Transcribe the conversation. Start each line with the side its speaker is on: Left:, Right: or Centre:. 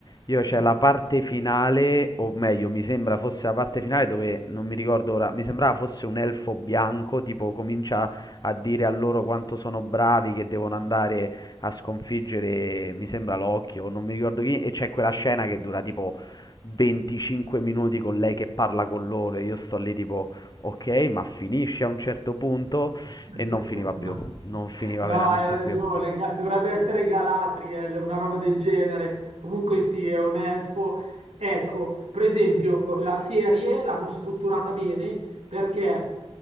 Left: Io c'è
Right: No.
Left: la parte finale, o meglio, mi sembra fosse la parte finale dove non mi ricordo ora, mi sembrava fosse un elfo bianco, tipo comincia a dire a loro quanto sono bravi, che devono andare a sconfiggere, mi sembra l'occhio, non mi ricordo chi, e c'è quella scena che dura tipo 25 minuti con lei che parla con loro e io sto lì tipo, ok, ma finisce a un certo punto
Right: <laughs>
Left: e non finiva più, non finiva
Right: No,
Left: veramente
Right: hai ragione,
Left: più.
Right: Ga- dovrebbe essere Galatriel, una roba del genere. Comunque sì, è un elfo. Ecco, per esempio, la serie l'hanno strutturata bene perché